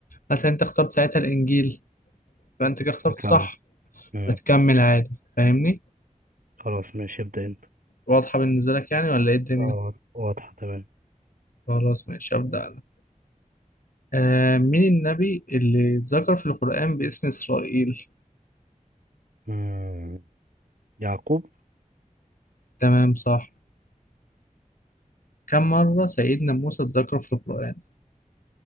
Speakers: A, on the left; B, on the right.
A: مثلا انت اخترت ساعتها الانجيل فانت كده اخترت
B: تمام
A: صح
B: مم.
A: فتكمل عادي فاهمني
B: خلاص ماشي ابدا انت
A: واضحة بالنسبة لك يعني ولا ايه الدنيا
B: اه واضحه تمام
A: خلاص ماشي أبدأ آه مين النبي اللي اتذكر في القرآن باسم إسرائيل؟
B: مم. يعقوب
A: تمام صح كم مرة سيدنا موسى اتذكر في القرآن؟